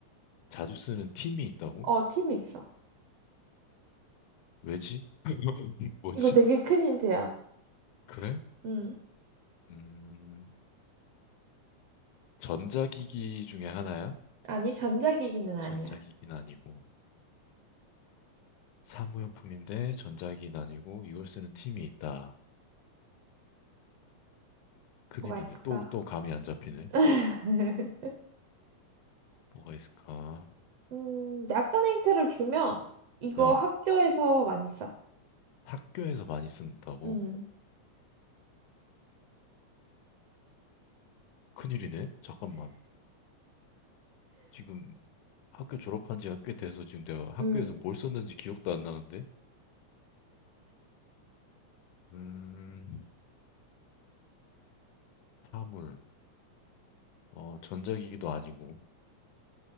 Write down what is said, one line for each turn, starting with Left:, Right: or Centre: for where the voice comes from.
Left: 자주 쓰는 팀이 있다고?
Right: 어, 팀이 있어.
Left: 왜지? <laughs> 뭐지?
Right: 이거 되게 큰 힌트야.
Left: 그래?
Right: 응.
Left: 음. 전자기기 중에 하나야?
Right: 아니, 전자기기는 아니야.
Left: 전자기기는 아니고. 사무용품인데 전자기기 아니고 이걸 쓰는 팀이 있다. 큰일이네.
Right: 뭐가 있을까?
Left: 또, 또 감이 안 잡히네.
Right: <laughs>
Left: 뭐가 있을까?
Right: 음, 약간의 힌트를 주면 이거
Left: 나
Right: 학교에서 많이 써.
Left: 학교에서 많이 쓴다고.
Right: 음,
Left: 큰일이네. 잠깐만. 지금 학교 졸업한 지가 꽤 돼서 지금 내가 학교에서
Right: 음,
Left: 뭘 썼는지 기억도 안 나는데? 음, 사물. 어, 전자기기도 아니고.